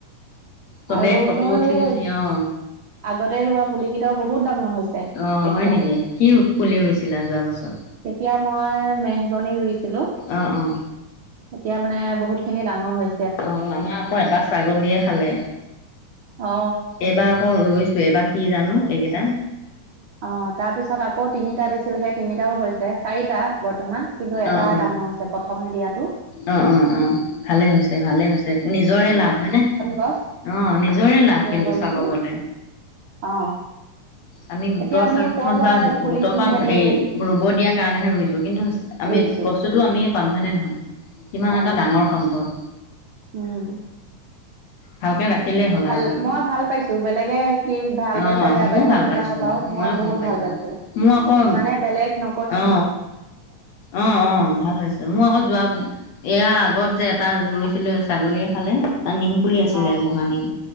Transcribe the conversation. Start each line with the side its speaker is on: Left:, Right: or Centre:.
Left: চবে
Right: আৰু
Left: ফটো
Right: মোৰ
Left: উঠি
Right: সেই
Left: উঠি অ
Right: আগতে ৰোৱা পুলিকেইটাও বহুত ডাঙৰ হৈছে
Left: অ
Right: এতিয়া।
Left: হয় নেকি কি পুলি ৰুইছিলা যোৱা বছৰ
Right: এয়া মই মেহগনী ৰুইছো।
Left: অ অ
Right: এতিয়া মানে বহুত খিনি ডাঙৰ হল।
Left: অ আমাৰ আকৌ এটা ছাগলীয়ে খালে।
Right: অ
Left: এইবাৰ আকৌ ই এইবাৰ কি জানো? এইকেইটা?
Right: অ তাৰপিছত আকৌ তিনিটা দিছিল সেই তিনিটাও হৈছে চাৰিটা বৰ্তমান। কিন্তু এটা
Left: অ অ
Right: ডাঙৰ হৈছে প্ৰথমে দিয়াতটো।
Left: অ অ অ ভালে হৈছে ভালে হৈছে নিজৰে লাভ। হয় নে?
Right: গছ
Left: অ নিজৰে লাভ
Right: মেহগনিটো
Left: কিন্তু চাব গলে।
Right: অ
Left: আমি গোটৰ
Right: এতিয়া আমিনো
Left: স্বাৰ্থত
Right: কৰ পৰা
Left: বা
Right: পুলি
Left: গোটৰ
Right: কিনি
Left: পৰা
Right: আনি
Left: হেৰি
Right: ৰুম
Left: ৰুব দিয়াৰ কাৰণেহে ৰুইছো কিন্তু আমি
Right: ৰুইছো
Left: বস্তুটো আমিয়ে পাম হয়নে নহয়? কিমান
Right: হয়
Left: এটা ডাঙৰ সম্পদ?
Right: উম
Left: ভালকে ৰাখিলেই হ'ল
Right: ভাল
Left: আৰু
Right: মই ভাল পাইছো বেলেগে কি ভাল
Left: অ
Right: পাইছে বেয়া
Left: ময়ো
Right: পাইছে
Left: ভাল
Right: নাজানো
Left: পাইছো
Right: বাৰু মই
Left: ময়ো
Right: বহুত ভাল পাইছো।
Left: মোৰ আকৌ
Right: মানে বেলেগ ন
Left: অ অ-অ ভাল হৈছে। মোৰ আকৌ যোৱা এয়া আগত যে এটা ৰুইছিলো ছাগলীয়ে খালে। তাত নিম পুলি আছিলে
Right: অ
Left: মহানিম